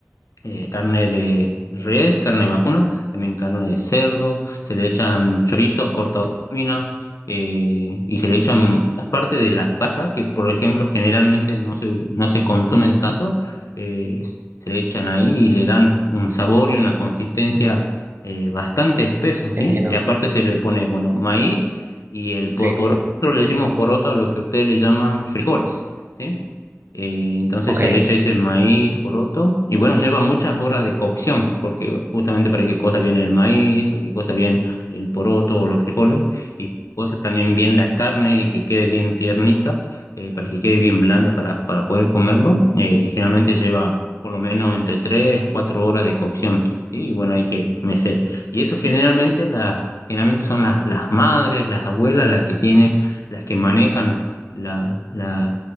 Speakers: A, on the left; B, on the right.
A: eh, carne de res, carne vacuna, también carne de cerdo, se le echan chorizos cortados en lámina eh, y se le echan parte de las vacas que, por ejemplo, generalmente no se, no se consumen tanto, eh, se le echan ahí y le dan un sabor y una consistencia eh, bastante espeso,
B: entiendo.
A: ¿sí? Y aparte se le pone, bueno, maíz y el por,
B: Sí,
A: por otro le decimos poroto a lo que ustedes le llaman frijoles, ¿sí? Eh, entonces
B: ok,
A: se le echa ese maíz poroto y bueno, lleva muchas horas de cocción porque justamente para que cosa bien el maíz, para que cosa bien el poroto o los frijoles y para que cosa también bien la carne y que quede bien tiernita, eh, para que quede bien blanda para, para poder comerlo. eh, generalmente lleva por lo menos entre 3 4 horas de cocción ¿sí? y bueno, hay que mecer. Y eso generalmente, la, generalmente son las, las madres, las abuelas las que tienen, las que manejan la, la